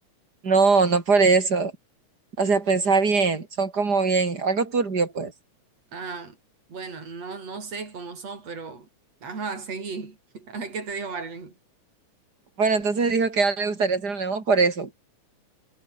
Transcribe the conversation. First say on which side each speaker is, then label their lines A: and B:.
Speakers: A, on the right (about 30°); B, on the right (about 55°).
A: No, no por eso. O sea, pensá bien, son como bien, algo turbio, pues.
B: Ah, bueno, no, no sé cómo son, pero ajá, seguí. <laughs> Ay, ¿Qué te dijo Marilyn?
A: Bueno, entonces dijo que a ella le gustaría ser un león por eso,